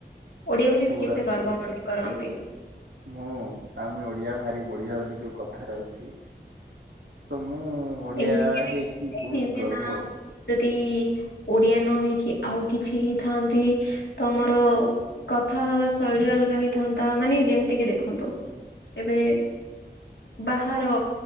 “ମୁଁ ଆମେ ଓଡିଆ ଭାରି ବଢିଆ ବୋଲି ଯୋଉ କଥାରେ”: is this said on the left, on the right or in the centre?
Right